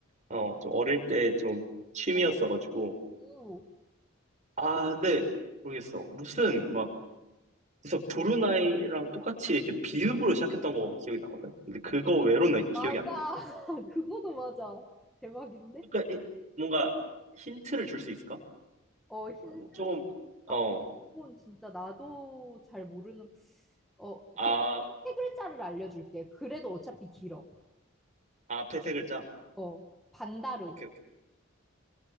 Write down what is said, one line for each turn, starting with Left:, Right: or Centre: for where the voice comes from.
Right: <laughs> 어, 좀 어릴 때 좀 취미였어가지고.
Centre: 어. 오,
Right: 아, 근데 모르겠어. 무슨 막, 그래서 브루나이랑 똑같이 이렇게 비읍으로 시작했던 거 기억이 나거든. 근데 그거 외로는 기억이
Centre: 맞아.
Right: 안 난다.
Centre: <laughs> 그거도 맞아. 대박인데?
Right: 그러니까 이- 뭔가 힌트를 줄 수 있을까?
Centre: 어, 힌트?
Right: 아, 뭐 좀, 어,
Centre: 아, 근데 이건 진짜 나도 잘 모르는, 어, 그럼
Right: 아,
Centre: 세 글자를 알려줄게. 그래도 어차피 길어.
Right: 앞에 세 글자.
Centre: 어, 반다르.
Right: 오케이, 오케이.